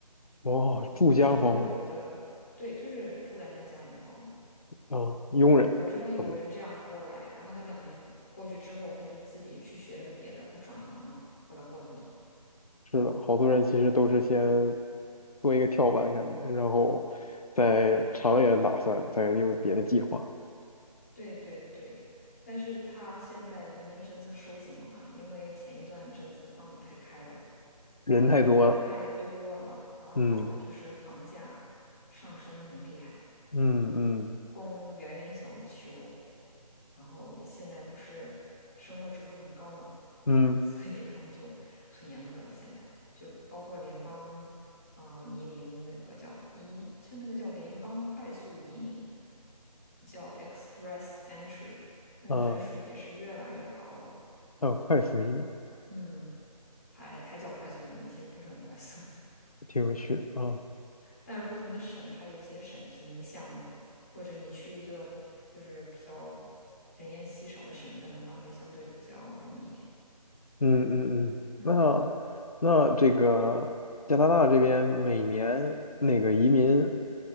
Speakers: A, on the left (about 65°); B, on the left (about 25°).
A: 哇，
B: 哦，我所知道的有的，
A: 住家保姆
B: 对，就是住在人家家里那个保姆。
A: 啊，佣人。
B: 我知道有人这样过来，
A: 嗯
B: 然后他两年过去之后，他就自己去学了个别的，他转行了，后来过得很好。
A: 是的，好多人其实都是先做一个跳板感觉，然后再长远打算，
B: 对
A: 再有别的计划。
B: 对对对，但是他现在移民政策收紧了嘛，因为前一段政策放得太开了，
A: 人太多了。
B: 来的移民太多了，然后搞得就是房价
A: 嗯
B: 上升的很厉害。
A: 嗯嗯
B: 供远远小于求，然后现在不是生活指数很高嘛，
A: 嗯
B: <laughs> 所以他们就很严格了。现在就包括联邦啊、移民的那个叫移，就那个叫联邦快速移民，叫 Express Entry，那个分数也是越来越高了。
A: 啊。啊，快速移民，
B: 嗯，还它叫快速移民，其实不是很快速。
A: 挺有趣啊。
B: 但是不同的省它有一些省提名项目，或者你去一个就是比较人烟稀少的省份的话，会相对比较容易一点。
A: 嗯嗯嗯，
B: 嗯
A: 那那这个加拿大这边每年那个移民